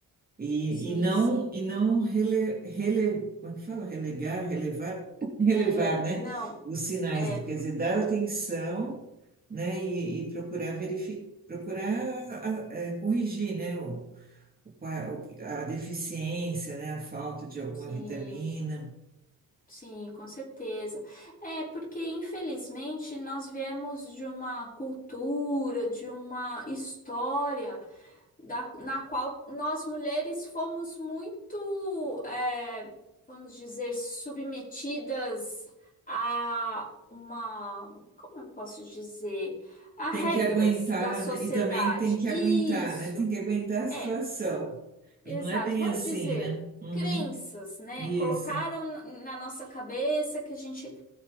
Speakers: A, on the right (about 25°); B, on the left (about 25°).
A: E,
B: sim,
A: e não,
B: sim.
A: e não rele, rele, como é que fala? Relegar, relevar, <laughs> relevar,
B: É,
A: né?
B: não,
A: Os sinais,
B: é,
A: quer dizer, dar atenção, né? E, e procurar verificar, procurar a- a- eh, corrigir, né? O, o- a deficiência, né? A falta de alguma
B: sim.
A: vitamina.
B: Sim, com certeza. É porque, infelizmente, nós viemos de uma cultura, de uma história da, na qual nós mulheres fomos muito, é, vamos dizer, submetidas a uma, como eu posso dizer, a regras
A: Tem que aguentar,
B: da sociedade.
A: né? E também tem que
B: Isso,
A: aguentar, né? Tem que aguentar a situação.
B: é, exato.
A: E não é bem
B: Vamos
A: assim,
B: dizer
A: né? Uhum,
B: crenças, né?
A: isso.
B: Colocaram na nossa cabeça que a gente